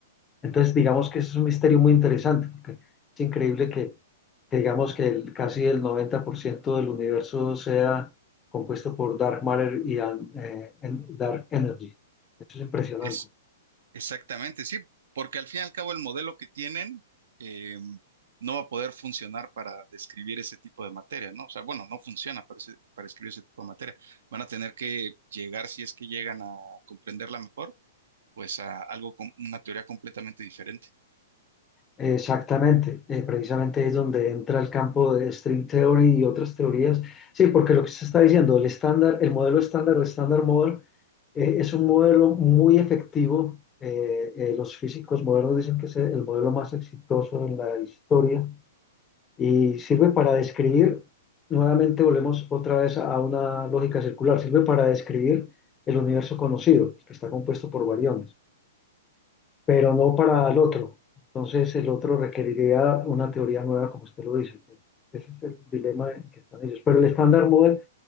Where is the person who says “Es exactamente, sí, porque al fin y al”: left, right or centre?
Right